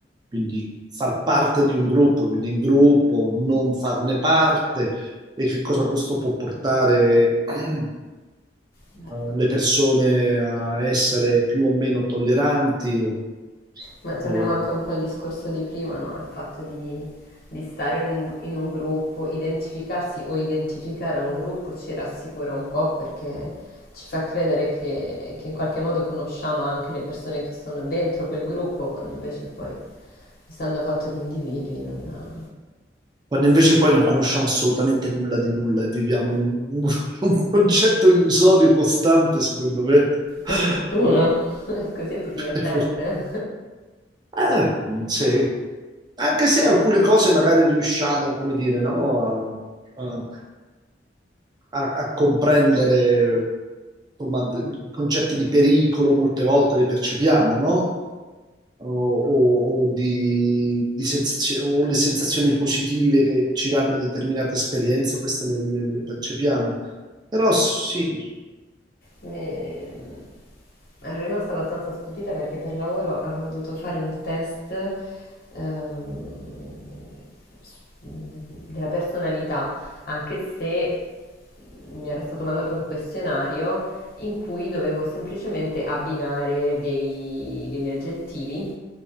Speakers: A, on the right; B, on the left.
A: Quindi far parte di un gruppo, quindi in gruppo, non farne parte e che cosa questo può portare <clears throat> eh,
B: Beh,
A: le persone a essere più o meno tolleranti o,
B: ma torniamo
A: o-
B: anche un po' al discorso di prima, no? Il fatto di, di stare un- in un gruppo, identificarsi o identificare un gruppo ci rassicura un po' perché ci fa credere che, che in qualche modo conosciamo anche le persone che sono dentro quel gruppo, quando invece poi, essendo fatto di individui, non...
A: quando invece poi non conosciamo assolutamente nulla di nulla e viviamo in un, <laughs> un concetto illusorio costante, secondo me.
B: Per
A: <laughs>
B: fortuna, <laughs> così è più divertente.
A: Per fortuna Eh, sì, anche se alcune cose magari riusciamo, come dire, no, a, a- a- a comprendere insomma, d- concetti di pericolo molte volte li percepiamo, no? O, o- o di, di sensazio- o le sensazioni positive che ci danno determinate esperienze, queste le, le- le percepiamo. Però sì,
B: Me- Ero rimasta abbastanza stupita perché per lavoro avevo dovuto fare un test ehm, s- della personalità, anche se mi era stato mandato un questionario in cui dovevo semplicemente abbinare dei- degli aggettivi